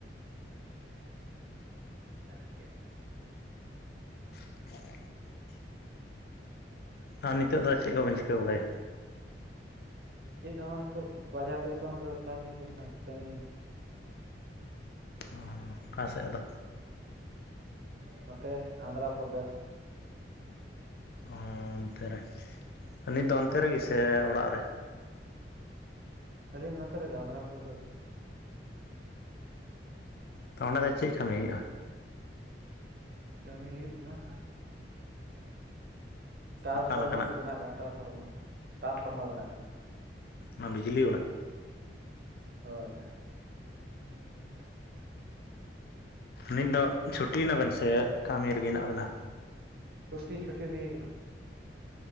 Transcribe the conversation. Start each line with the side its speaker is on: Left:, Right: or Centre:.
Right: <unintelligible>
Left: <inaudible> ᱟᱨ ᱱᱤᱛᱚᱜ ᱫᱚ ᱪᱮᱫ ᱠᱚᱵᱮᱱ
Right: <unintelligible>
Left: ᱪᱤᱠᱟᱹ ᱵᱟᱲᱟᱭᱟ
Right: ᱪᱮᱫ ᱦᱚᱸ ᱵᱟᱝ ᱱᱤᱛᱳ ᱵᱟᱡᱟᱨ ᱫᱤᱥᱚᱢ ᱨᱮ ᱛᱟᱦᱮᱱ ᱦᱩᱭᱩᱜ ᱠᱟᱱᱟ ᱠᱟᱹᱢᱤ,
Left: ᱚᱸᱻ ᱚᱠᱟ ᱥᱮᱫ ᱟᱫᱚ?
Right: ᱱᱚᱛᱮ ᱟᱫᱷᱨᱚᱯᱨᱚᱫᱮᱥ᱾
Left: ᱚᱻ ᱚᱱᱛᱮ ᱨᱮ ᱱᱤᱛ ᱫᱚ ᱚᱱᱛᱮ ᱨᱮᱜᱮ ᱥᱮ
Right: ᱦᱚᱸ
Left: ᱚᱲᱟᱜ ᱨᱮ?
Right: ᱟᱹᱞᱤᱧ ᱱᱚᱛᱮ ᱨᱮᱜᱮ ᱟᱸᱫᱷᱨᱟᱯᱨᱚᱫᱮᱥ ᱾
Left: ᱛᱚ ᱚᱸᱰᱮ ᱫᱚ ᱪᱮᱫ ᱠᱟᱹᱢᱤ ᱦᱩᱭᱩᱜ-ᱟ?
Right: ᱠᱟᱹᱢᱤ ᱦᱩᱭᱩᱜ ᱠᱟᱱᱟ᱾ ᱴᱨᱟᱱᱥ
Left: ᱚᱠᱟ
Right: ᱯᱷᱟᱨᱢᱟ
Left: ᱞᱮᱠᱟᱱᱟᱜ
Right: ᱠᱚ ᱵᱮᱱᱟᱜ ᱠᱟᱱᱟ ᱴᱨᱟᱱᱥ ᱯᱷᱟᱨᱢᱟ ᱴᱟᱥ ᱯᱷᱟᱨᱢᱟ ᱵᱮᱱᱟᱜ ᱠᱟᱱᱟ
Left: ᱚᱱᱟ ᱵᱤᱡᱽᱞᱤ ᱵᱟᱞᱟ?
Right: ᱦᱳᱭ᱾ <unintelligible>
Left: ᱱᱤᱛ ᱫᱚ ᱪᱷᱩᱴᱤᱭᱮᱱᱟᱵᱮᱱ ᱥᱮ ᱠᱟᱹᱢᱤ ᱨᱮᱜᱮ ᱦᱮᱱᱟᱜ ᱵᱮᱱᱟ᱾
Right: ᱪᱷᱩᱴᱤ ᱪᱷᱩᱴᱤ ᱦᱩᱭ ᱠᱟᱱᱟ᱾